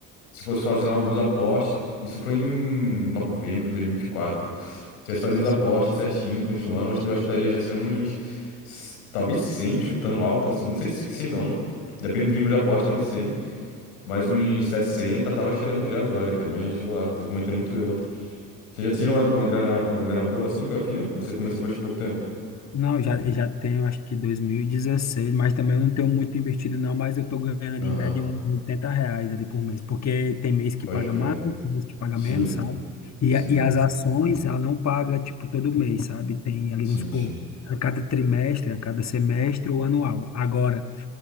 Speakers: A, on the left; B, on the left.
A: se fosse fazendo alguns aportes, isso foi em novembro de 2024. Se tivesse fazendo os
B: sim.
A: aportes certinho, continuando, acho que eu estaria já tirando uns, s- talvez 100, chutando alto, assim, não sei se 100 não, depende do nível de aposta, talvez 100. Mas um 60 tava tirando já agora, cara. Mas sei lá, tô cometendo muito erro. Você já tirou
B: Pois
A: uma,
B: é.
A: uma grana, uma grana boa assim com a FIA? Ou você começou faz pouco tempo?
B: Não, já, já tenho, acho que 2016, mas também eu não tenho muito investido não, mas eu tô ganhando ali
A: Aham,
B: em média uns 80 reais ali por mês, porque tem mês que
A: pode
B: paga
A: crer.
B: mais, tem mês que paga
A: Sim,
B: menos, sabe? E,
A: sim,
B: a- e as ações, ela não paga, tipo, todo mês, sabe? Tem ali,
A: sim,
B: vamos supor,
A: sim.
B: a cada trimestre, a cada semestre ou anual. Agora,